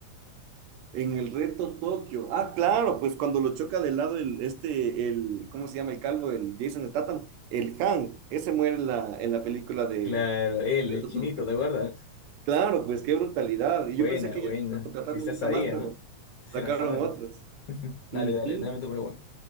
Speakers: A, on the right; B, on the left.
A: En el reto Tokio. Ah, claro, pues cuando lo choca de lado el, este, el, ¿cómo se llama el calvo? El Jason Statham, el Han, ese muere en la, en la película de
B: Claro, él,
A: Reto
B: el chinito,
A: Tokio.
B: ¿te acuerdas?
A: Claro, pues qué brutalidad. Y
B: Buena,
A: yo pensé que
B: buena.
A: ya no iban a contratarlo
B: Si estás
A: nunca
B: ahí,
A: más,
B: ¿ah?
A: pero
B: Si
A: sacaron
B: la sabes.
A: otras.
B: <laughs> Dale,
A: Ujú.
B: dale, dame tu pregunta.